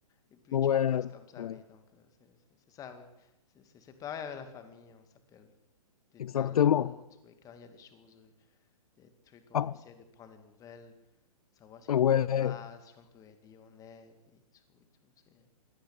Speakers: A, on the left; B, on the left.
A: Et puis
B: ouais,
A: tu le passes comme ça,
B: euh,
A: oui. Donc euh, c'est c'est- c'est ça, oui. C'est c'est- c'est pareil avec la famille, on s'appelle de
B: exactement.
A: temps à autre. Et quand il y a des choses, euh, des trucs, on
B: Ah,
A: essaie de prendre des nouvelles, savoir ce
B: ouais,
A: qui ne va pas, si on peut aider, on aide et tout et tout. C'est